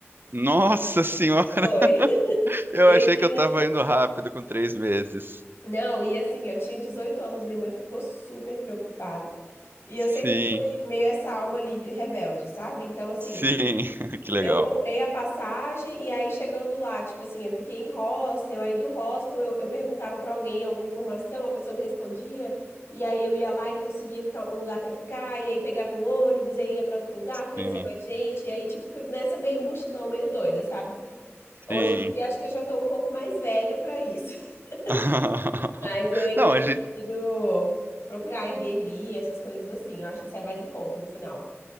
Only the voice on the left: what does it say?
Foi. <laughs>
Eu
tinha.
Não, e assim, eu tinha 18 anos, minha mãe ficou super preocupada. E
eu sempre fui meio essa alma livre, rebelde, sabe? Então, assim.
Eu comprei a passagem e aí chegando lá, tipo assim, eu fiquei em hostel, aí do hostel eu, eu perguntava pra alguém alguma informação, a pessoa me respondia, e aí eu ia lá e conseguia ficar um lugar pra ficar, e aí pegava um ônibus, e aí ia pra outro lugar, conhecia
mais gente, e aí tipo fui nessa meio mochilão, meio doida, sabe? Hoje
em dia acho que eu já tô um pouco mais velha pra isso, <laughs>
mas eu ainda
prefiro procurar Airbnb, essas coisas assim, eu acho que sai mais em conta no final.